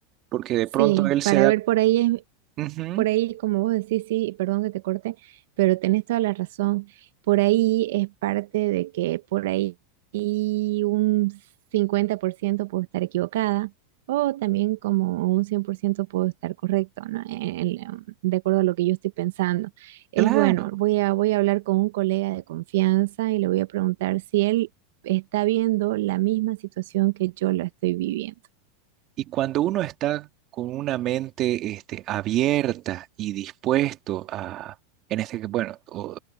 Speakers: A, on the right (about 35°); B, on the right (about 75°).
A: porque de
B: sí,
A: pronto él se
B: para
A: da...
B: ver por ahí es
A: Ujú,
B: Por ahí, como vos decís, sí, y perdón que te corte, pero tenés toda la razón. Por ahí es parte de que por ahí y un 50% puedo estar equivocada o también como un 100% puedo estar correcto, ¿no? En- en- de acuerdo a lo que yo estoy pensando. Es
A: claro.
B: bueno, voy a, voy a hablar con un colega de confianza y le voy a preguntar si él está viendo la misma situación que yo la estoy viviendo.
A: Y cuando uno está con una mente este, abierta y dispuesto a, en este, bueno, o-